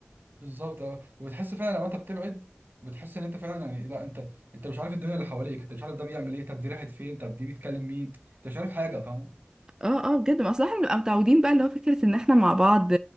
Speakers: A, on the right; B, on the right.
A: بالظبط اه وبتحس فعلا لما انت بتبعد بتحس ان انت فعلا يعني لا انت انت مش عارف الدنيا اللي حواليك انت مش عارف ده بيعمل ايه طب دي راحت فين طب دي بيتكلم مين انت مش عارف حاجه فاهم
B: اه اه بجد ما اصل احنا بنبقى متعودين بقى اللي هو فكرة ان احنا مع بعض